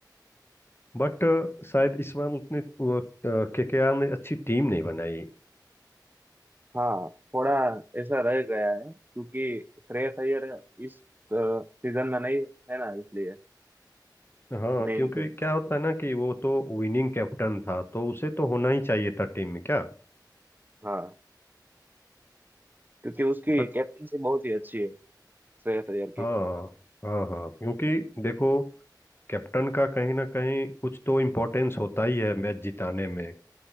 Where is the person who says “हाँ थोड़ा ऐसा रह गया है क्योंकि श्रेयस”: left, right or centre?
Right